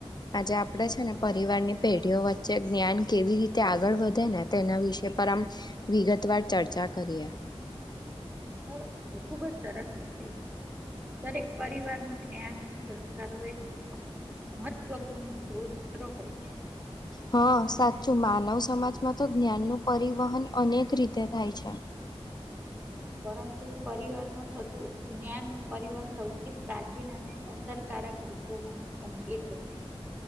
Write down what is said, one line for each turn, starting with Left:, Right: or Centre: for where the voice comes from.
Left: આજે આપડે છે ને પરિવારની પેઢીઓ વચ્ચે જ્ઞાન કેવી રીતે આગળ વધે ને તેના વિષ પર આમ વિગતવાર ચર્ચા કરીએ.
Right: બરોબર છે ખુબ જ સરસ વિષય છે દરેક પરિવારમાં જ્ઞાન અને સંસ્કારો એક મહત્વપૂર્ણ સ્ત્રોત્ર હોય છે.
Left: હા, સાચું માનવ સમાજમાં તો જ્ઞાનનું પરિવહન અનેક રીતે થાય છે.
Right: પરંતુ પરિવારમાં થતું જ્ઞાનનું પરિવહન સૌથી પ્રાચીન અને અસરકારક રીતોમાંનું એક છે